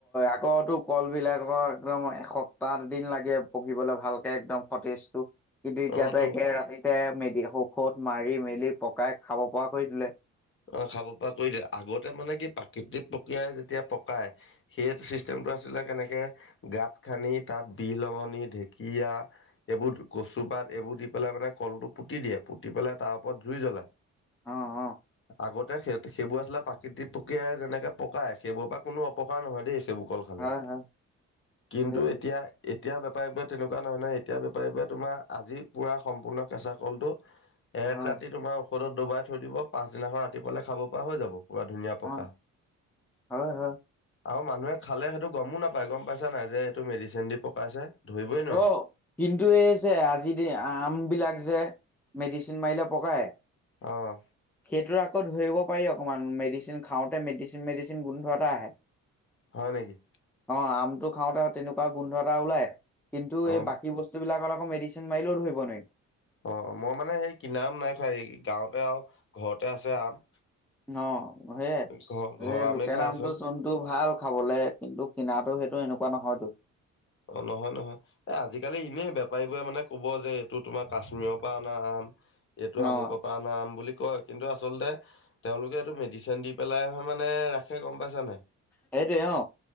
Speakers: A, in the centre; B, on the left.
A: আকৌ কল বিলাকৰ একদম। এসপ্তাহ দিন লাগে পকীবলে ভালকে একদম সতেজটো কিন্তু এতিয়াতো
B: অ তো
A: একে ৰাতিতে। মেলি ঊষত মাৰি মেলি পকাই খাব পৰা কৰি তোলে।
B: অ খাব পৰা কৰি দিয়ে আগতে মানে কি প্ৰাকৃতিক প্ৰক্ৰিয়াই যেতিয়া পকাই সেই চিষ্টেম। আছিলে কেনেকে গাত খান্দি তাত বিলঙনী ধেকিয়া এইবোৰ। পাত এইবোৰ দি পেলাই মানে কলটো পুতি দিয়ে পুতি পেলাই তাৰ ওপৰত জুই জ্বলায়।
A: অহ অ।
B: আগতে সেই সেইবোৰ আছিললে প্ৰাকৃতিক প্ৰক্ৰিয়াই যেনেকৈ পকায় সেইবোৰৰ পৰা কোনো অপকাৰ নহয় দেই সেইবোৰ। কল খালে
A: হয়, হয়,
B: কিন্তু
A: সেইটো
B: এতিয়া। এতিয়া বেপাৰীবোৰে তেনেকুৱা নহয় নহয় এতিয়া বেপাৰীবোৰে তোমাৰ আজি পূৰা সম্পূৰ্ণ কেঁচা কলটো। এক
A: হয়,
B: ৰাতি তোমাৰ ঔষধত ডুবাই থৈ দিব পাছদিনাখন ৰাতিপ পালে খাব পৰা হৈ যাব। পুৰা ধুনীয়া পকা
A: অ', হয়, হয়।
B: আৰু মানুহে খালে সেইটো গমো নাপায় গম পাই। বোজিছা নাই যে এইটো মেডিচিন দি পকাইছে। ধৰিবই নোৱাৰে।
A: অ কিন্তু এই যে আজি আম বিলাক যে। মেডিচিন মাৰিলে পকায়
B: অঁ
A: সেইটোৰ আকৌ ধৰিব পাৰি। অকণমান মেডিচিন খাওঁতে মেডিচিন মেডিচিন গোন্ধোৱা এটা আহে।
B: হয় নেকি?
A: আহ আমটো খাওঁতে তেনেকুৱা গোন্ধ এটা ওলাই। কিন্তু
B: অঁ
A: এই বাকী বস্তু বিলাকৰ আকৌ মেডিচিন মাৰিলেও ধৰিব নি।
B: অঁ মই মানে সেই কিনা আম নাই খোৱা এই গাঁৱতে আৰু ঘৰতে আছে আম।
A: অ সেইয়ে
B: ঘৰ ঘৰৰ
A: এই
B: আমেই
A: লোকে
B: খাই
A: নামটো
B: আছো
A: চোনটো ভাল খাবলে কিন্তু। কিনাতটো সেইটো এনেকুৱা নহয়তো।
B: অ নহয় নহয় এ আজিকালি এনেই বেপাৰীবোৰে মানে কব যে এইটো তোমাৰ কাশ্মীৰৰ পৰা অনা আম। এইটো
A: অ',
B: আমুকৰ পৰা ন আম বুলি কয় কিন্তু আচলতে তেওঁলোকে এইটো মেডিচিন দি। পেলাই মানে ৰাখে গম পাইছা নাই।
A: সেইটোৱে অ।